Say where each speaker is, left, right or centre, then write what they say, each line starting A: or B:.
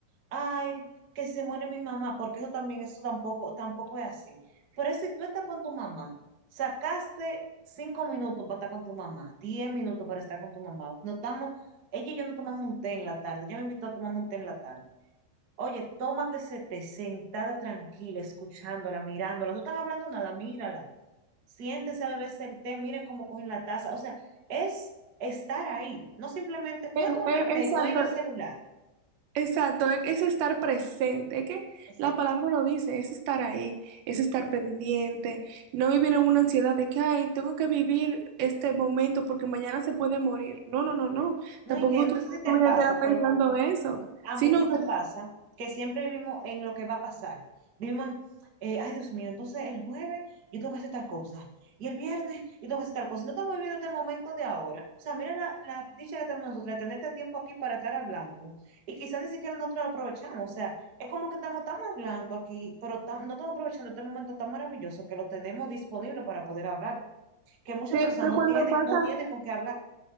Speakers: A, on the right; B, on the right.
A: ay, que se muere mi mamá, porque eso también, eso tampoco, tampoco es así. Pero si tú estás con tu mamá, sacaste cinco minutos para estar con tu mamá, diez minutos para estar con tu mamá, nos damos, ella y yo nos tomamos un té en la tarde, ella me invitó a tomar un té en la tarde. Oye, tómate ese té sentada tranquila, escuchándola, mirándola. No están hablando nada, mírala. Siéntese a beberse el té, miren cómo cogen la taza. O sea, es estar ahí. No simplemente fue
B: eh,
A: a tomarme
B: eh,
A: el té
B: exacto,
A: y estoy en el celular.
B: exacto, e, es estar presente, es que
A: Exacto.
B: la palabra lo dice, es estar ahí, es estar pendiente, no vivir en una ansiedad de que, ay, tengo que vivir este momento porque mañana se puede morir. No, no, no, no,
A: No,
B: tampoco
A: y que no
B: tú
A: sé si te
B: tu vida
A: pasa,
B: entera pensando
A: pero
B: eso,
A: a
B: sino
A: muchos nos
B: que
A: pasa que siempre vivimos en lo que va a pasar. Vivimos en, eh, ay Dios mío, entonces el jueves yo tengo que hacer tal cosa y el viernes yo tengo que hacer tal cosa. Si No estamos viviendo este momento de ahora. O sea, mira la, la dicha que tenemos nosotros de tener este tiempo aquí para estar hablándolo. Y quizás ni siquiera nosotros lo aprovechamos. O sea, es como que estamos, estamos hablando aquí, pero tam- no estamos aprovechando este momento tan maravilloso que lo tenemos disponible para poder hablar, que muchas
B: que-
A: personas
B: que
A: no
B: cuando
A: tienen,
B: pasa...
A: no tienen con qué hablar.